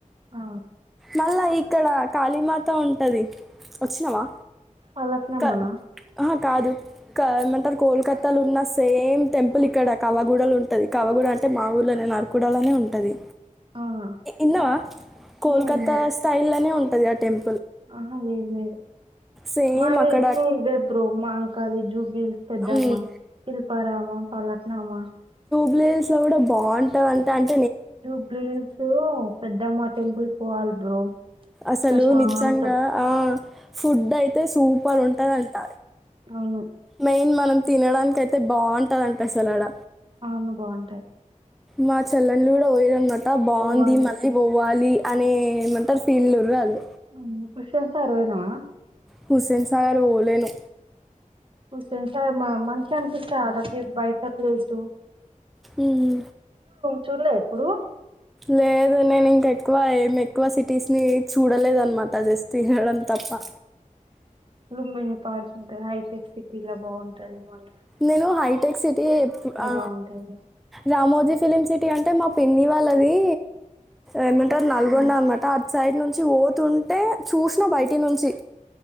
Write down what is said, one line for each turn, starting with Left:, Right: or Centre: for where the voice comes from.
Right: ఆ,
Centre: మళ్ళ ఇక్కడ కాళీమాత ఉంటది వచ్చినావా
Right: ఫలక్నామా
Centre: క-
Right: నా
Centre: ఆహా, కాదు క ఏమంటారు కోల్కత్తాలో ఉన్న సేమ్ టెంపుల్ ఇక్కడ కవగూడలో ఉంటది కవగూడ ఆన్ అంటే మా ఊర్లోనే నరకుడలోనే ఉంటది
Right: అవునా
Centre: ఇన్నావా కోల్కత్తా
Right: నేను ఇంట్లో
Centre: స్టైల్ లోనే ఉంటది ఆ టేమ్
Right: ఆహా లేదు లేదు
Centre: సేమ్
Right: మాకి
Centre: అక్కడ
Right: తెలిసి వెబ్ గ్రో మాంకాళీ ఇ బిల్స్ పెద్దమ్మా
Centre: మ్,
Right: శిల్పారామ ఫలక్నామా
Centre: ప్లైన్స్ లో కూడా బాగుంటా అంట అని
Right: జూబ్లీహిల్స్ యూ పెద్దమ్మ టెంపుల్ కి పోవాలి బ్రో
Centre: అసలు
Right: ప్రశాంతం
Centre: నిజంగా ఆ ఫుడ్ అయితే సూపర్ ఉంటది అంట
Right: అవును
Centre: మెయిన్ మనం తినడానికి అయితే బాగుంటదట అసలు ఆడ
Right: అవును బాగుంటార
Centre: మా చెల్లెళ్లు కూడా పోయిరన్న మాట బాగుంది
Right: పోవాలి
Centre: మళ్ళీ పోవాలి అనే టర్ ఫేల్లురు ఆళ్ల
Right: యూ ఉషాసారు పోయినావా
Centre: హుస్సేన్ సాగర్ ఓలేను
Right: హుస్సేన్ సాగర్ మా మంచి అనిపిస్తది అది బయట ప్లేస్
Centre: ఉహు
Right: చూలే ఎప్పుడు
Centre: లేదు నేను ఇంక ఎక్కువ ఏం ఎక్కువ సిటీస్ ని చూడలేదు అనమాట జస్ట్ వినడం తప్ పా
Right: లుంబిని పార్క్ ఉంటది హైటెక్ సిటీలో బాగుంటది మల్ల
Centre: నేను హైటెక్ సిటీ ఆ
Right: బాగుంటది
Centre: రామోజీ ఫిలిమ్ సిటీ ఆన్ అంటే మా పిన్ని వాళ్లది ఏమంటారు నల్గొండ
Right: ఆ,
Centre: అన్నమాట అట్ సైడ్ నున్ చోతుంటే చూసిన బయటి నుంచి